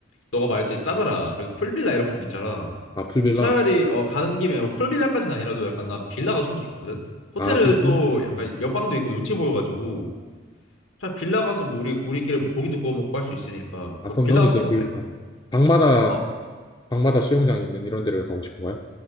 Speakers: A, on the left (about 80°); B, on the left (about 20°).
A: 너가 말했지 싸잖아. 그래서 풀빌라 이런 것도 있잖아.
B: 아, 풀빌라.
A: 차라리 어 가는 김에 뭐 풀빌라까지는 아니라도 약간 나 빌라가 좀 더 좋거든. 호텔은
B: 아, 그,
A: 또 약간
B: 음.
A: 옆방도 있고 눈치 보여가지고 차 빌라 가서 뭐 우리 우리끼리 뭐 고기도 구워 먹고 할 수 있으니까
B: 아,
A: 뭐
B: 그럼
A: 빌라
B: 너는
A: 같은
B: 이제
A: 건
B: 그,
A: 어때?
B: 어, 방마다,
A: 어.
B: 방마다 수영장 있는 이런 데를 가고 싶은 거야?